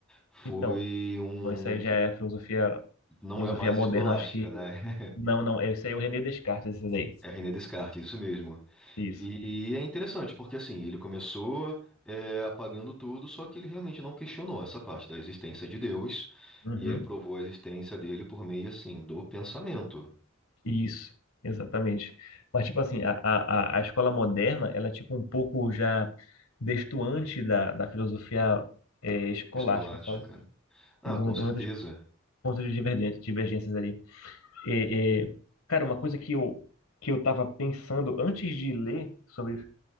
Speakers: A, in the centre; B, on the left.
A: Foi
B: Então,
A: um.
B: isso aí já é a filosofia
A: Não
B: Filosofia
A: é mais
B: moderna,
A: escolástica,
B: acho que.
A: né? <laughs>
B: Não, não, esse aí é o René Descartes, esse aí.
A: É René Descartes, isso mesmo.
B: Isso.
A: E é interessante, porque, assim, ele começou. é, apagando tudo, só que ele realmente não questionou essa parte da existência de Deus,
B: Uhum.
A: e ele provou a existência dele por meio, assim, do pensamento
B: Isso, exatamente. Mas, tipo assim, a, a, a a escola moderna, ela é, tipo, um pouco já destoante da, da filosofia eh, escolástica,
A: escolástica.
B: sabe?
A: Ah,
B: Tem muitas,
A: com certeza.
B: muitos pontos de divergência, divergências ali. É, é, cara, uma coisa que eu, que eu tava pensando antes de ler sobre,